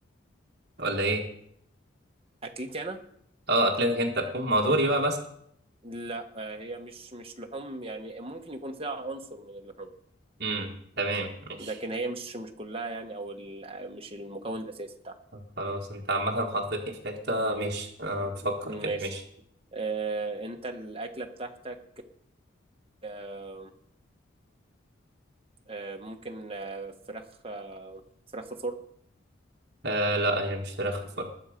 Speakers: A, on the right; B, on the right.
A: ولا ايه
B: أكلتي أنا
A: اه اكلتك انت لحوم ما دوري بقى بس
B: لا آه، هي مش مش لحوم يعني ممكن يكون فيها عنصر من اللحوم
A: امم تمام ماشي
B: لكن هي مش مش كلها يعني أو ال- مش المكون الأساسي بتاعها
A: طب خلاص انت عامه حطيتني في حته ماشي انا بفكر
B: ماشي
A: كده ماشي
B: آه، انت الاكله بتاعتك آه، آه، ممكن آه، فراخ آه، فراخ في فرن
A: آه لا هي مش فراخ في الفرن